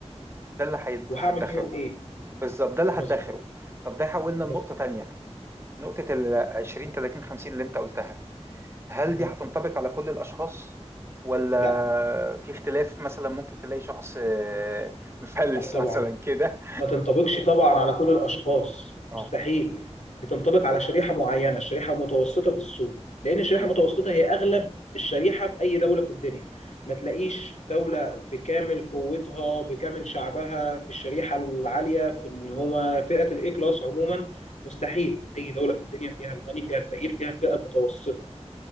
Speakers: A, on the right; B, on the left.
A: ده اللي هيد-
B: وهعمل
A: هدخره
B: بيهم ايه
A: بالظبط ده اللي
B: مظبوط
A: هدخره طب ده يحولنا
B: مظبوط
A: لنقطة تانية نقطة ال 20 30 50 اللي انت قلتها هل
B: مهم.
A: دي هتنطبق على كل الأشخاص ولا
B: لا
A: في اختلاف مثلا ممكن تلاقي شخص آه، مفلس
B: لا طبعا
A: <laughs> مثلا كده
B: ما تنطبقش طبعا على كل الاشخاص
A: اه
B: مستحيل بتنطبق على شريحه معينه الشريحه المتوسطه في السوق لان الشريحه
A: مم.
B: المتوسطه هي اغلب الشريحه في اي دوله في الدنيا ما تلاقيش دوله بكامل قوتها بكامل شعبها في الشريحه العاليه في اللي هو فئه الاي كلاس عموما مستحيل اي دوله في الدنيا فيها الغني فيها الفقير فيها الفئه المتوسطه